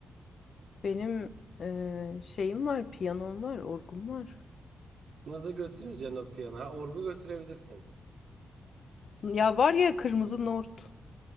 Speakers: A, on the left; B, on the right.
A: Benim e, şeyim var, piyanom var, orgum var.
B: nasıl götüreceksin o piyano? Ha, orgu götürebilirsin.
A: Ya var ya kırmızı nort.